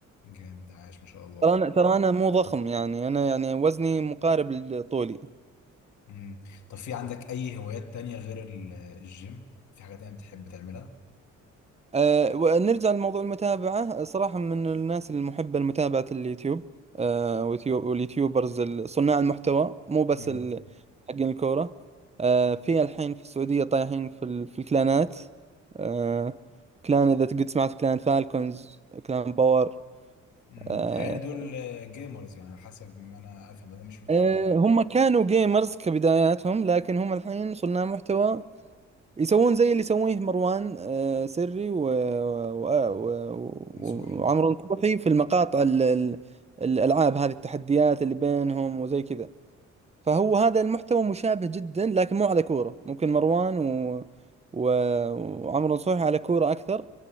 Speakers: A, on the left; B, on the right.
A: جامد عاش ما شاء الله
B: ترى انا ترى انا مو ضخم يعني انا يعني وزني مقارب لطولي
A: مم. طب في عندك أي هوايات تانية غير ال- الجيم؟ في حاجة تانية بتحب تعملها؟
B: أه ونرجع لموضوع المتابعة أه، صراحة من الناس المحبة لمتابعة اليوتيوب أه واليوتيو- واليوتيوبرز ال- صناع المحتوى مو بس
A: امم
B: ال- حقين الكورة أه في الحين في السعودية طايحين في, ال- في الكلانات أه كلان إذا قد سمعت كلان فالكونز كلان باور
A: امم
B: أه
A: بيتهيألي دول آه، جيمرز يعني على حسب ما أنا أفهم أنا مش متابع
B: أه
A: برضه
B: هم كانوا جيمرز كبداياتهم لكن هم الحين صناع محتوى يسوون زي اللي يسويه مروان آه، سري و... و... و...
A: من صوحي
B: وعمرو نصوحي في المقاطع ال... ال- الألعاب هذه التحديات اللي بينهم وزي كذا فهو هذا المحتوى مشابه جدا لكن مو على كورة ممكن مروان و... و... وعمرو نصوحي على كورة أكثر